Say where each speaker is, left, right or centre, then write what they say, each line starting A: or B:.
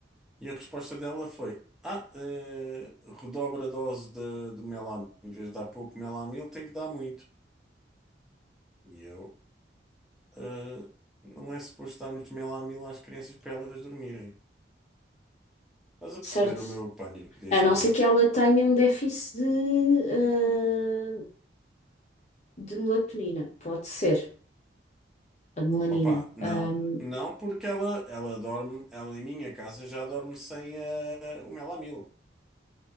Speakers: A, in the centre; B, on the left.
A: E a resposta dela foi: Ah, eh, redobra a dose de, do Melamil. Em vez de dar pouco Melamil, tem que dar muito. E eu, ah, não é suposto darmos Melamil às crianças para elas dormirem. Estás a
B: certo.
A: perceber o meu pânico neste
B: A não
A: momento?
B: ser que ela tenha um déficit de, eh, de melatonina. Pode ser. A de melanina.
A: Opa, não.
B: Ahm,
A: Não, porque ela, ela dorme, ela em minha casa já dorme sem eh, o melamil.